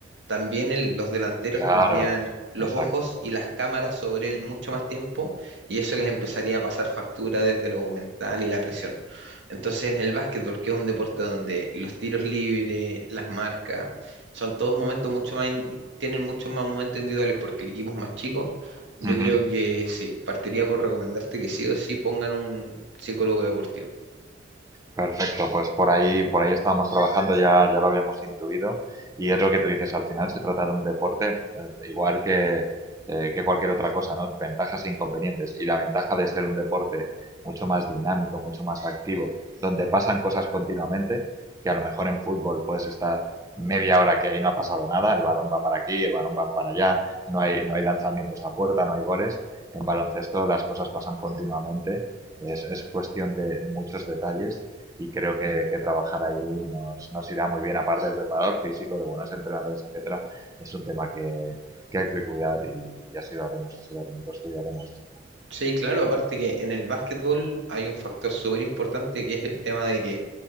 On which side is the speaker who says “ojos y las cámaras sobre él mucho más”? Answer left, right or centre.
Right